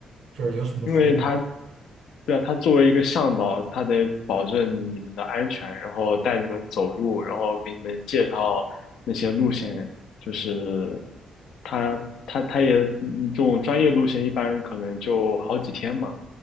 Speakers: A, on the right; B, on the left.
A: 就是有什么服务吗？
B: 因为他，对啊，他作为一个向导，他得保证你们的安全，然后带你们走路，然后给你们介绍那些路线，就是他他他也嗯这种专业路线一般可能就好几天嘛。